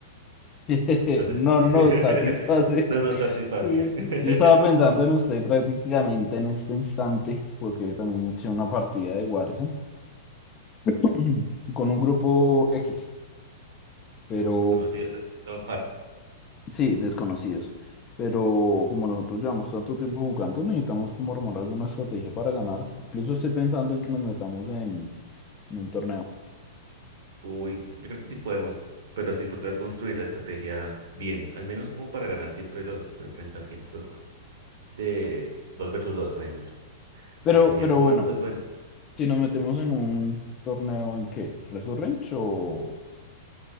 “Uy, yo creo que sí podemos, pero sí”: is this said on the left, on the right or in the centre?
Right